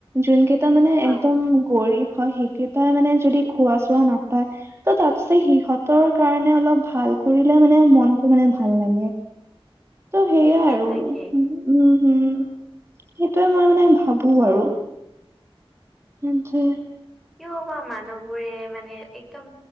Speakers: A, on the right; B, in the centre.
A: যোন কেইটা মানে একদম
B: অ
A: গৰম হয় হে কেইটাই মানে যদি খোৱা চোৱা না ত তাপিছত সিহঁতৰ কাৰণে অলপ ভাল কৰিলে মানে মনতটো মানে ভাল লাগে। ত সেইয়াই
B: তাকে
A: আৰু
B: তাকে।
A: উম হুম সেইটোয়ে মই মানে ভাবো আৰু। সেইটোৱে
B: কিয় বা মানুহবোৰে মানে একদম